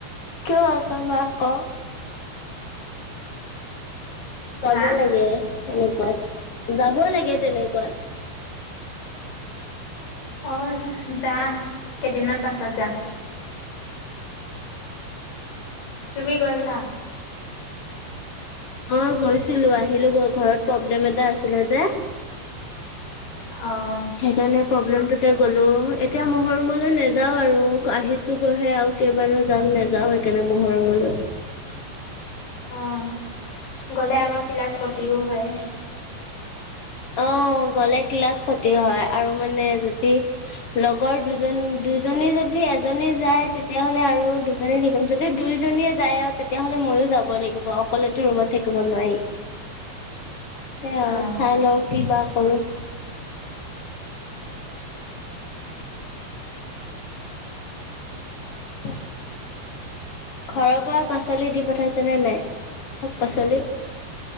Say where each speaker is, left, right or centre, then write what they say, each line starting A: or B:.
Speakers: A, on the left; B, on the left.
A: কিয় আছা বা ঘৰত? যাব
B: হা
A: লাগে তেনেকুৱাত, যাবই লাগে তেনেকুৱাত।
B: অ' যাম কেইদিনমান পাছত যাম। তুমি গৈ আহিলা?
A: অ' গৈছিলোঁ, আহিলোঁ গৈ ঘৰত প্ৰব্লেম এটা আছিলে যে।
B: অ'।
A: সেইকাৰণে প্ৰব্লেমটোতে গ'লো, এতিয়া মহৰমলৈ নেযাওঁ আৰু আহিছোঁ গৈহে আৰু। কেইবাৰো যাম নেযাওঁ সেইকাৰণে মহৰমলৈ।
B: অ', গ'লে আকৌ ক্লাছ ক্ষতিও হয়।
A: অ', গ'লে ক্লাচ ক্ষতি হয় আৰু মানে যদি লগৰ দুজন দুজনী যদি এজনী যায় তেতিয়াহ'লে আৰু দু জনী থাকিম যদি দুইজনীয়ে যায় আৰু তেতিয়াহ'লে ময়ো যাব লাগিব অকলেটো ৰুমত থাকিব নোৱাৰি। সেয়াই আৰু
B: অঁ
A: চাই লওঁ কিবা কৰোঁ। হয়। ঘৰৰ পৰা পাচলি দি পঠাইছে নে নাই শাক-পাচলি?